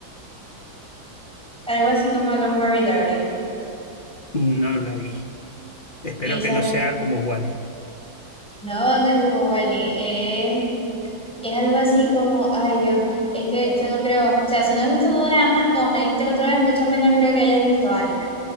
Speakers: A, in the centre; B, on the left.
A: Algo así como Don't Worry, Darling.
B: No la vi. Espero
A: Esa
B: que no
A: es-
B: sea como Wally.
A: No, no es como Wally. Es algo así como, ay Dios, es que yo no creo, o sea, si no has visto doramas, como me dijiste la otra vez, mucho menos creo que hayas visto anime.